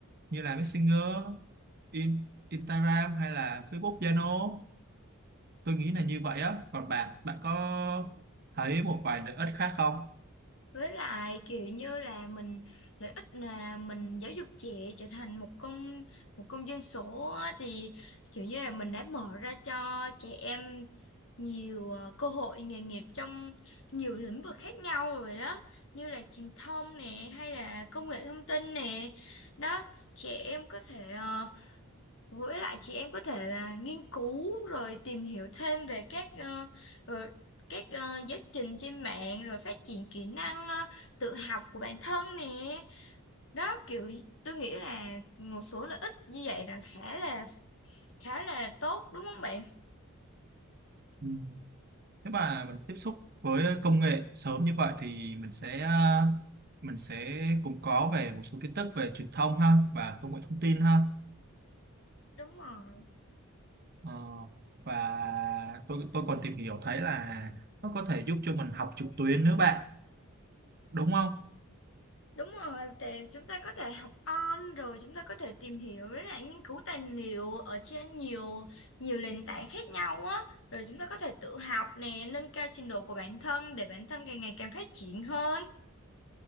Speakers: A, on the right; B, on the left.
A: như là Messenger, In, Instagram hay là Facebook, Zalo. Tôi nghĩ là như vậy á. Còn bạn, bạn có thấy một vài lợi ích khác không?
B: Với lại kiểu như là mình lợi ích là mình giáo dục trẻ trở thành một công một công dân số á, thì kiểu như là mình đã mở ra cho trẻ em nhiều ờ, cơ hội nghề nghiệp trong nhiều lĩnh vực khác nhau rồi đó như là truyền thông nè hay là công nghệ thông tin nè đó trẻ em có thể ờ, với lại chị em có thể là nghiên cứu rồi tìm hiểu thêm về các ờ, ờ, các ờ, giáo trình trên mạng rồi phát triển kỹ năng ờ, tự học của bản thân nè. Đó kiểu tôi nghĩ là một số lợi ích như vậy là khá là khá là tốt đúng không bạn?
A: Ừ. Nếu mà mình tiếp xúc với công nghệ sớm như vậy thì mình sẽ ờ, mình sẽ cũng có về một số kiến thức về truyền thông ha và công nghệ thông tin ha.
B: Đúng rồi.
A: Ờ, và tôi tôi còn tìm hiểu thấy là nó có thể giúp cho mình học trực tuyến nữa bạn, đúng không?
B: Đúng rồi, thì chúng ta có thể học on rồi chúng ta có thể tìm hiểu với lại nghiên cứu tài liệu ở trên nhiều nhiều nền tảng khác nhau á, rồi chúng ta có thể tự học nè, nâng cao trình độ của bản thân để bản thân càng ngày càng phát triển hơn.